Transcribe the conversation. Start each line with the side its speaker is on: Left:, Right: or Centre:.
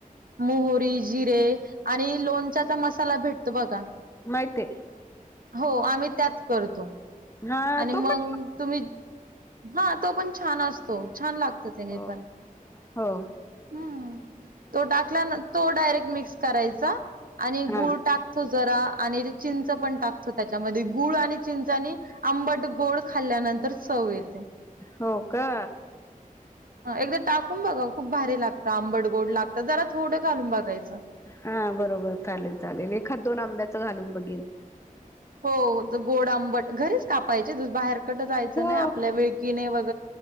Right: मोहरी - जिरे आणि लोणच्याचा मसाला भेटतो बघा
Left: महीतयं
Right: हो आम्ही त्यात करतो
Left: हा
Right: आणि
Left: तो
Right: मग
Left: पण
Right: तुम्ही - हा तो पण छान असतो छान लागतो त्याने
Left: हो
Right: पण
Left: हो
Right: ह् तो टाकलान तो डायरेक्ट मिक्स करायचा आणि
Left: हा
Right: गुळ टाकतो जरा आणि ते चिंच पण टाकतो त्याच्यामध्ये गुळ आणि चिंच आणि आंबट गोड खाल्ल्यानंतर चव येते
Left: हो का
Right: एकदा टाकून बघा खूप भारी लागतं आंबड गोड लागत जरा थोडं घालून बघायचं
Left: हा बरोबर चालेल चालेल एखाद दोन आंब्याचं घालून बगीन
Right: हो गोड आंबट घरीच कापायचे बाहेर कटं जायचं
Left: हो
Right: नाही आपल्या विळकीने वग